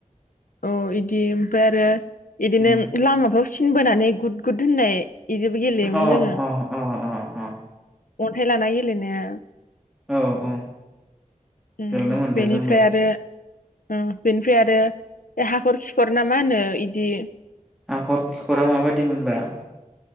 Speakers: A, on the left; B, in the centre.
A: अ इदि ओमफ्राय आरो बिदिनो
B: उम।
A: लामाफ्राव थिनबोनानै गुद गुद होननाय इदिबो गेलेयोमोन
B: अ
A: जोङो
B: अ अ अ अ
A: अन्थाइ लानाया गेलेनाया
B: औ औ
A: उम
B: गेलेनो मोनदो
A: बेनिफ्राय
B: जोंबो
A: आरो ओ बेनिफ्राय आरो हाखर खिखर ना मा होनो बिदि
B: हाखर खिखरा माबायदि मोनबा